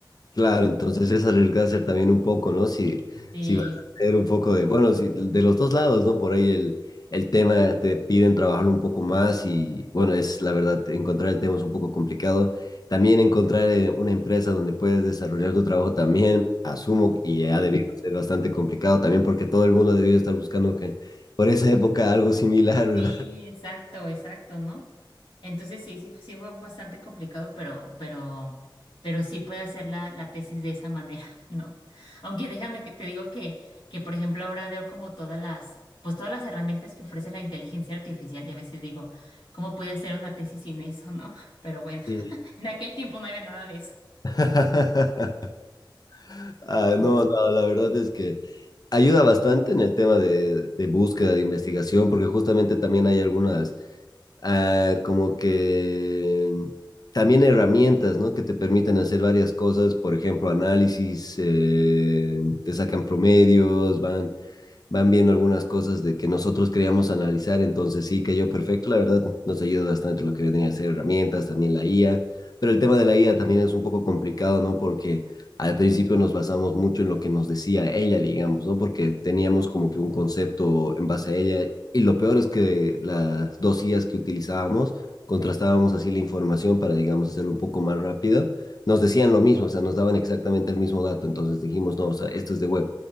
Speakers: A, on the left; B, on the left.
A: Claro, entonces es arriesgarse también un poco, ¿no? Si,
B: Sí,
A: si vas a hacer un poco de, bueno, si, de los dos lados, ¿no? Por ahí el, el tema te piden trabajarlo un poco más y, bueno, es la verdad, encontrar el tema es un poco complicado. También encontrar eh, una empresa donde puedes desarrollar tu trabajo también, asumo, y ha
B: sí.
A: debido ser bastante complicado también porque todo el mundo ha debido estar buscando que por esa época algo similar, ¿verdad?
B: Sí, exacto, exacto, ¿no? Entonces sí, sí, sí fue bastante complicado, pero, pero, pero sí puede hacer la, la tesis de esa manera, <laughs> ¿no? Aunque déjame que te digo que, que, por ejemplo, ahora veo como todas las, pues todas las herramientas que ofrece la inteligencia artificial y a veces digo, ¿cómo puede hacer una tesis sin eso, no? <laughs> Pero bueno,
A: Y-
B: <laughs> en aquel tiempo no había nada de eso,
A: <laughs> Ah,
B: ¿no?
A: no, no, la verdad es que... ayuda bastante en el tema de, de búsqueda, de investigación, porque justamente también hay algunas, ah, como que también herramientas, ¿no? Que te permiten hacer varias cosas, por ejemplo, análisis, eh, te sacan promedios, van van viendo algunas cosas de que nosotros queríamos analizar, entonces sí cayó perfecto, la verdad nos ayuda bastante lo que venía a ser herramientas, también la IA, pero el tema de la IA también es un poco complicado, ¿no? Porque al principio nos basamos mucho en lo que nos decía ella, digamos, ¿no? Porque teníamos como que un concepto en base a ella y lo peor es que las dos IAs que utilizábamos, contrastábamos así la información para, digamos, hacerlo un poco más rápido, nos decían lo mismo, o sea, nos daban exactamente el mismo dato, entonces dijimos, no, o sea, esto es de web,